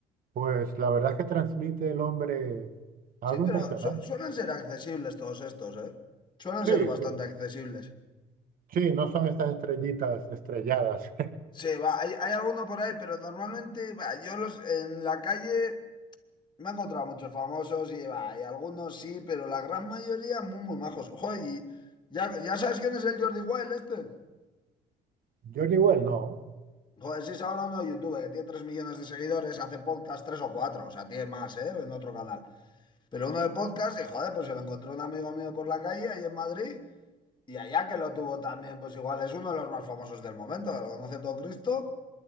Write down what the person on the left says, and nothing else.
Sí, pero
su- suelen ser accesibles todos estos, ¿eh? Suelen
ser bastante
accesibles.
Sí, va, hay, hay alguno por ahí, pero normalmente va, yo los en la calle Me he encontrado muchos famosos y, bah, y algunos sí, pero la gran mayoría muy, muy majos. Joder, y ya, ya sabes quién es el Jordi Wild este.
Joder, sí, es ahora uno de YouTube, que tiene 3 millones de seguidores, hace podcast 3 o 4 o sea, tiene más, ¿eh? En otro canal. Pero uno de podcast, y joder, pues se lo encontró un amigo mío por la calle ahí en Madrid, y allá que lo tuvo también, pues igual es uno de los más famosos del momento, que lo conoce todo Cristo.